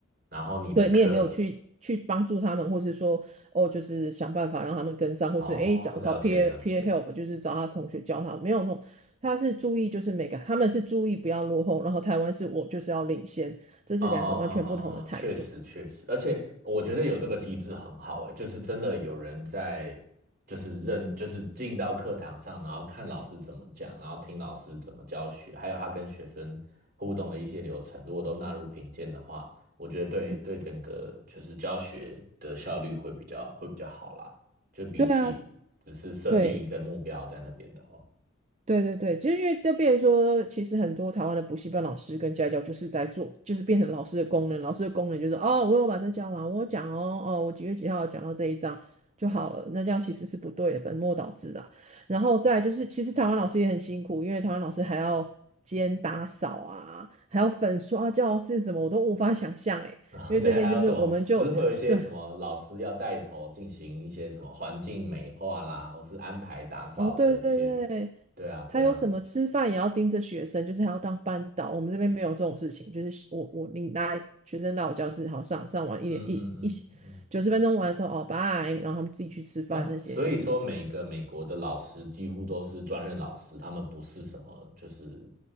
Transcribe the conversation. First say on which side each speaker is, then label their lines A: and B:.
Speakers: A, on the right; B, on the right.
A: 然后你的课，
B: 对你也没有去去帮助他们，或是说哦，就是想办法让他们跟上，或是诶找找
A: 哦，了解了解。
B: peer peer help，就是找他同学教他，没有那种。他是注意，就是每个他们是注意不要落后，然后台湾是我就是要领先，这是两个完全不同的态度。
A: 嗯嗯嗯嗯嗯，确实确实，而且我觉得有这个机制很好诶，就是真的有人在，就是认，就是进到课堂上，然后看老师怎么讲，然后听老师怎么教学，还有他跟学生互动的一些流程，如果都纳入评鉴的话，我觉得对对整个就是教学的效率会比较会比较好啦，
B: 嗯，
A: 就比起只是设定一个目标在那边的话。
B: 对啊，对。对对对，其实因为就变成说，其实很多台湾的补习班老师跟家教就是在做，就是变成老师的功能。老师的功能就是哦，我有把这教完，我有讲哦，哦，我几月几号讲到这一章就好了。那这样其实是不对的，本末倒置啦。然后再来就是，其实台湾老师也很辛苦，因为台湾老师还要兼打扫啊，还要粉刷教室什么，我都无法想象诶。
A: <laughs>
B: 因为这边就是我们就
A: 对，还有什么？不是会有一些什么老师要带头进行一些什么环境美化啦，
B: <laughs> 对
A: 或是安排打扫的一些？
B: 哦，对对对，
A: 对啊，
B: 还有什么吃饭也要盯着学生，
A: 对啊，
B: 就是还要当班导。我们这边没有这种事情，就是我我你拿学生到我教室，好上上完一点一一
A: 嗯嗯嗯嗯
B: 九十分钟完了之后，哦，拜，然后他们自己去吃饭那些，
A: 啊，所以说每个美国的老师几乎都是专任老师，
B: 就是
A: 他们不是什么就是